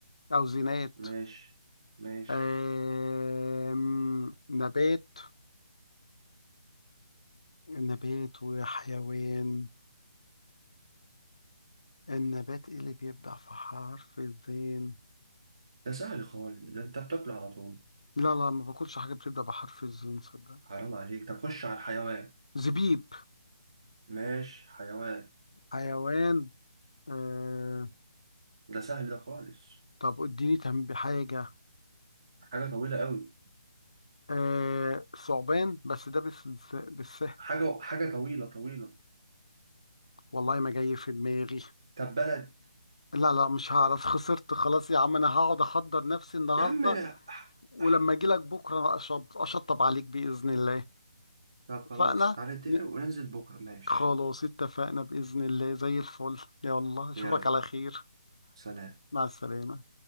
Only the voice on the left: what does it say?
أو زينات
آه نبات نبات وحيوان النبات ايه اللي بيبدأ في حرف الزين
لا لا ما باكلش حاجة بتبدأ بحرف الزين صدق
زبيب
حيوان آه
طب اديني تنبيه حاجة
آه ثعبان بس ده بس بس- بالسهل
والله ما جاي في دماغي
لا لا مش هعرف <laughs> خسرت خلاص يا عم انا هقعد احضر نفسي النهارده
ولما
اجي لك بكره أشط- اشطب عليك باذن الله
اتفقنا
ن-
خلاص اتفقنا باذن الله زي الفل يلا اشوفك
على خير
مع السلامه